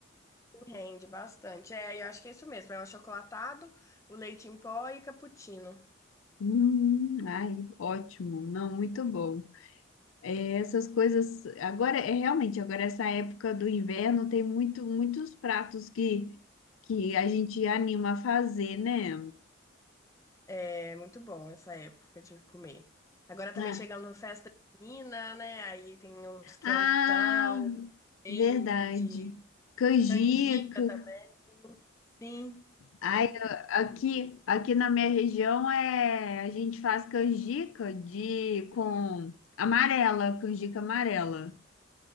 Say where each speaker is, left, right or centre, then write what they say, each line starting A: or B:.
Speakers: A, on the left; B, on the left.
A: Rende bastante. É, eu acho que é isso mesmo. É o achocolatado, o leite em pó e cappuccino.
B: Hum, ai, ótimo. Não, muito bom. É, essas coisas. Agora, é realmente, agora essa época do inverno tem muito, muitos pratos que, que a gente anima a fazer, né?
A: É muito bom essa época de comer. Agora também
B: Ah,
A: chegando festa junina, né? Aí tem os quentão,
B: Ah,
A: verde,
B: verdade. Canjica.
A: canjica também. Sim.
B: Ai, a- aqui, aqui na minha região é a gente faz canjica de com amarela, canjica amarela.